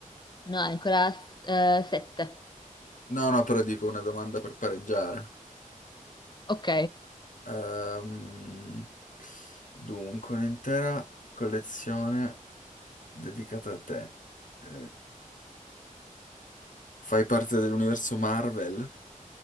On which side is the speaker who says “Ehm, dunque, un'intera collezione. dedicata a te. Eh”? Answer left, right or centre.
Left